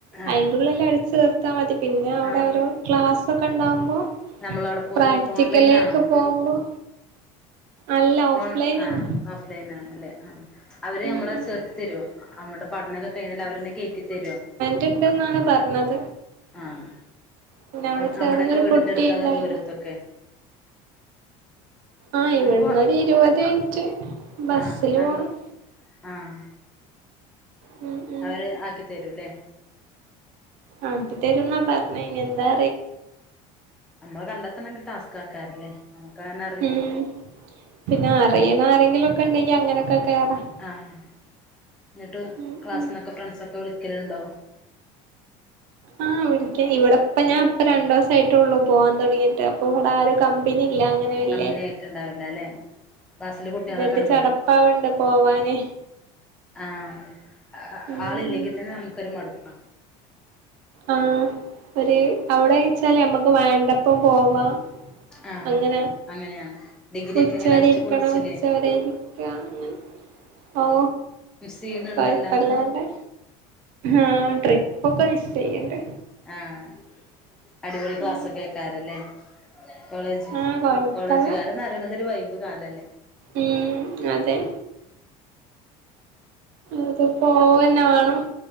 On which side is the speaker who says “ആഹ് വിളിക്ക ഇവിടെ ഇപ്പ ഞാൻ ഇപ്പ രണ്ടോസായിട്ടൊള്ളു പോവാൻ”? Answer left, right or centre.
Right